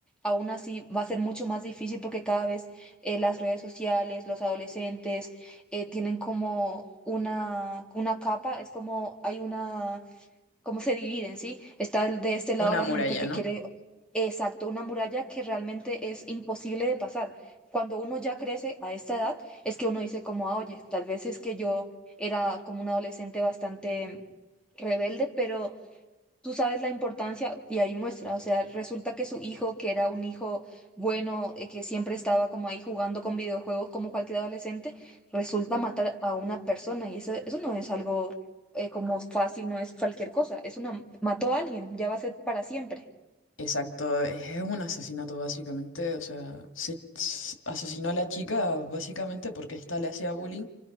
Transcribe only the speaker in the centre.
Aún así va a ser mucho más difícil porque cada vez eh, las redes sociales, los adolescentes eh, tienen como una, una capa, es como hay una, cómo se dividen, ¿sí? Está el- de este lado
la
gente que
quiere, exacto, una muralla que realmente es imposible de pasar. Cuando uno ya crece a esta edad, es que uno dice como, "Ah, oye, tal vez es que yo era como un adolescente bastante rebelde, pero Tú sabes la importancia y ahí muestra, o sea, resulta que su hijo, que era un hijo bueno, eh, que siempre estaba como ahí jugando con videojuegos como cualquier adolescente, resulta matar a una persona y eso, eso no es algo eh, como fácil, no es cualquier cosa, es una, mató a alguien, ya va a ser para siempre.